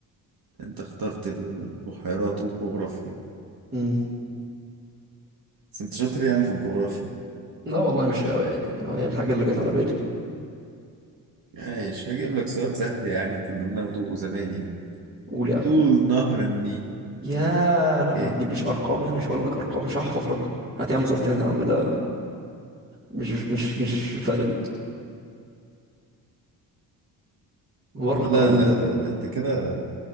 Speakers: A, on the right; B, on the right.
A: أنت اخترت البحيرات والجغرافيا
B: مم.
A: بس أنت شاطر يعني في الجغرافيا
B: لا والله مش قوي يعني هي الحاجة اللي جت على بالي
A: ماشي هجيب لك سؤال سهل يعني كنا بناخده زمان يعني
B: قول يا عم
A: طول نهر النيل
B: يا لا
A: كام؟
B: ما تجيبليش ارقام يعني مش هقول لك ارقام مش هحفظ رقم هات يا عم سؤال تاني يا عم ده مش مش مش فالid بره <laughs>
A: لا
B: القوانين
A: لا
B: ده
A: لا لا أنت كده